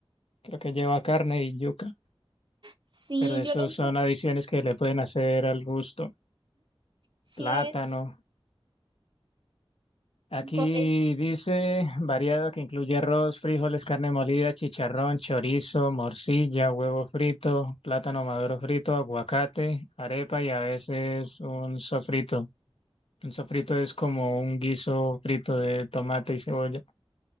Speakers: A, on the left; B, on the right.
A: creo que lleva carne y yuca,
B: Sí,
A: pero esos
B: yo lo escucho.
A: son adiciones que le pueden hacer al gusto.
B: Sí,
A: Plátano.
B: lo he
A: Aquí
B: escuchado.
A: dice variado que incluye arroz, frijoles, carne molida, chicharrón, chorizo, morcilla, huevo frito, plátano maduro frito, aguacate, arepa y a veces un sofrito. Un sofrito es como un guiso frito de tomate y cebolla.